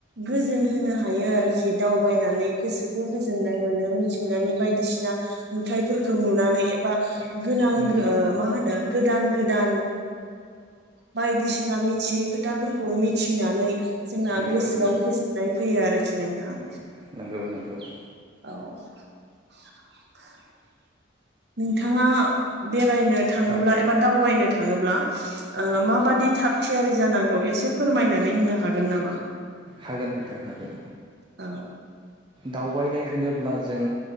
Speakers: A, on the right; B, on the right.
A: गोजोन होनो हायो आरोखि दावबायनानै गोसोखौ गोजोननाय मोनो मिथिंगानि बायदिसिना नुथायफोरखौ नुनानै ए बा
B: गोदान
A: गोनां ओ गो मा होनो गोदान गोदान बायदिसिना मिथियै खोथाफोरखौ मिथिनानै जोंना
B: नंगौ
A: गोसोआव
B: नंगौ
A: गोजोननाय फैयो आरोखि नोंथां
B: नोंथां नंगौ नंगौ
A: औ <inaudible> नोंथाङा बेरायनो
B: औ
A: थाङोब्ला एबा दावबायनो थाङोब्ला माबादि थाग थियारि जानांगौ एसे फोरमायनानै होनो हागोन नामा
B: हागोन नोंथां हागोन
A: औ
B: दावबायनाय होनोब्ला जों